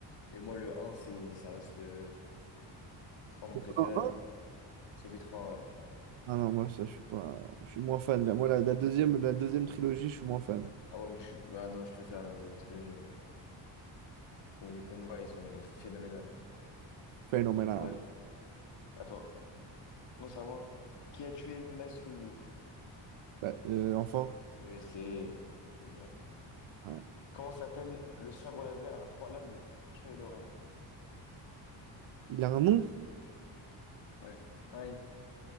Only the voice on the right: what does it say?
Ah
ah.
Ah non, moi, ça, je suis pas. Je suis moins fan. Moi, la, la deuxième, la deuxième trilogie, je suis moins fan.
Phénoménal.
Bah, euh, enfin,
ah,
il a un nom.